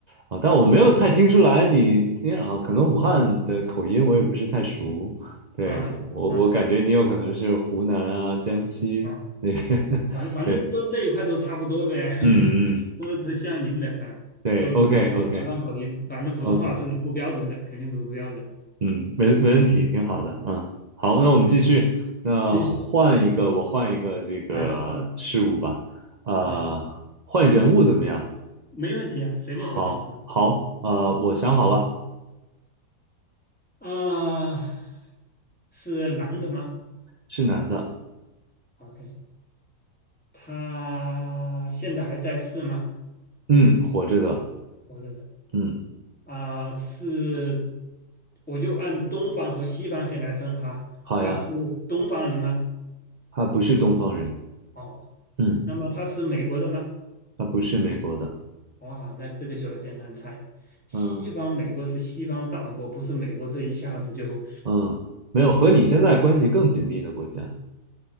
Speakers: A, on the right (about 40°); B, in the centre.
A: 啊，但我没有太听出来你，因为啊，可能武汉的口音我也不是太熟，对，
B: <laughs> 啊啊
A: 我我感觉你有可能是湖南啊、江西那边，
B: 啊！反反正都那一块都差不多呗，
A: <laughs> 对，
B: <laughs>
A: 嗯嗯，
B: 都都像您的啊，
A: 对，OK
B: 都有点南方口音，
A: OK
B: 反正普通话是不标准的，
A: OK，
B: 肯定是不标准。
A: 嗯，没没问题，挺好的，嗯，好，那我们继续，那换一个，
B: 行
A: 我换一个这个事物吧，
B: 啊，行
A: 呃，
B: 啊，
A: 换人物怎么样？
B: 没问题啊，随便什么
A: 好，好，呃，我想好了，
B: 啊，啊是男的吗
A: 是男的，
B: ？OK，他现在还在世吗？
A: 嗯，活着的，
B: 活着的
A: 嗯。
B: 啊，是，我就按东方和西方先来分哈，
A: 好呀，
B: 他是东方人吗？
A: 他不是东方人，
B: 哦，
A: 嗯，
B: 那么他是美国的吗？
A: 他不是美国的，
B: 哇，那这个就有点难猜。西方美国是西方大国，
A: 嗯
B: 不是美国这一下子就
A: 嗯，没有和你现在关系更紧密的国家，